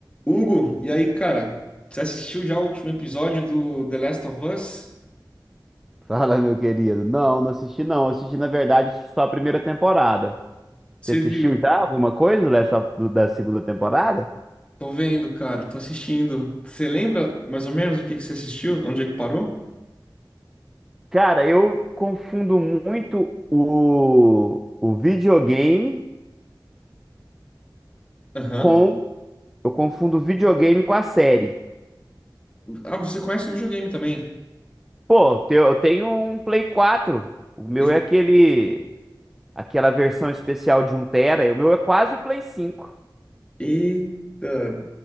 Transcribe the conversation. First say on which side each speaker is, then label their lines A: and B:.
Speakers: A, on the left (about 15°); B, in the centre.
A: Hugo, e aí, cara? Você assistiu já o último episódio do The Last of Us?
B: Fala, meu querido. Não, não assisti não. Eu assisti, na verdade, assisti só a primeira temporada.
A: Você
B: Você assistiu
A: viu?
B: já alguma coisa dessa, do- da segunda temporada?
A: Tô vendo, cara, tô assistindo. Você lembra mais ou menos o que que você assistiu? Onde é que parou?
B: Cara, eu confundo muito o, o videogame
A: Aham.
B: com... Eu confundo o videogame com a série.
A: Ah, você conhece o videogame também?
B: Pô, te- eu tenho um Play quatro O meu
A: E-
B: é aquele... Aquela versão especial de um tera. e O meu é quase o Play cinco
A: Eita!